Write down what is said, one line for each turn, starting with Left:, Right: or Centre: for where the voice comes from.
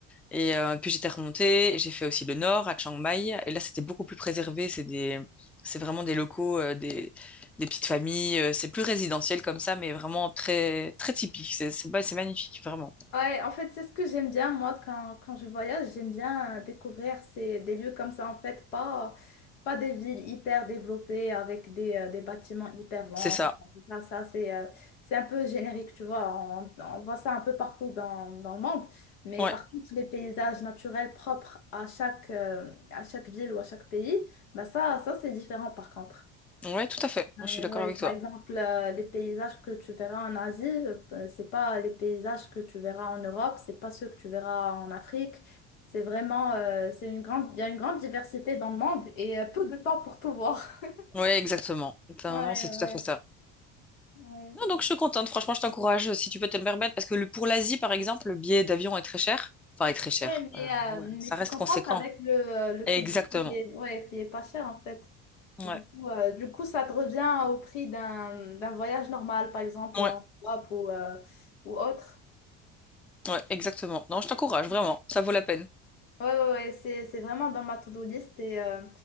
Centre: Et euh, puis j'étais remontée, et j'ai fait aussi le nord à Chiang Mai. Et là, c'était beaucoup plus préservé. C'est des, c'est vraiment des locaux, euh, des, des petites familles. euh, c'est plus résidentiel comme ça, mais vraiment très, très typique. C'est, c'est, bah, c'est magnifique, vraiment.
Left: Ouais, en fait, c'est ce que j'aime bien, moi, quand, quand je voyage, j'aime bien découvrir ces, des lieux comme ça, en fait, pas, pas des villes hyper développées avec des, euh, des bâtiments hyper longs.
Centre: C'est ça.
Left: Ça, ça c'est euh, c'est un peu générique, tu vois, on, on voit ça un peu partout dans, dans le monde, mais
Centre: Ouais,
Left: par contre, les paysages naturels propres à chaque, euh, à chaque ville ou à chaque pays, bah ça, ça c'est différent par contre.
Centre: ouais, tout à fait.
Left: Ouais,
Centre: Je suis d'accord
Left: ouais.
Centre: avec
Left: Par
Centre: toi.
Left: exemple, euh, les paysages que tu verras en Asie, euh, c'est pas les paysages que tu verras en Europe, c'est pas ceux que tu verras en Afrique. C'est vraiment, euh, c'est une grande, il y a une grande diversité dans le monde et euh, peu de temps pour tout voir. <laughs>
Centre: Ouais, exactement. T'as-
Left: Ouais, ouais,
Centre: Non, c'est tout à fait ça.
Left: ouais.
Centre: Non, donc je suis contente. Franchement, je t'encourage euh, si tu peux te le permettre, parce que le, pour l'Asie, par exemple, le billet d'avion est très cher. Enfin, est très cher.
Left: Ouais, mais,
Centre: Euh,
Left: euh,
Centre: ouais,
Left: mais
Centre: ça
Left: tu
Centre: reste
Left: compenses
Centre: conséquent.
Left: avec le, euh, le
Centre: Exactement.
Left: coût de vie qui est, ouais, qui est pas cher en fait.
Centre: Ouais.
Left: Du coup, euh, du coup, ça te revient au prix d'un d'un voyage normal, par exemple
Centre: Ouais.
Left: en Europe ou, euh, ou autre.
Centre: Ouais, exactement. Non, je t'encourage, vraiment. Ça vaut la peine.
Left: Ouais, ouais, ouais, c'est, c'est vraiment dans ma to-do list et euh,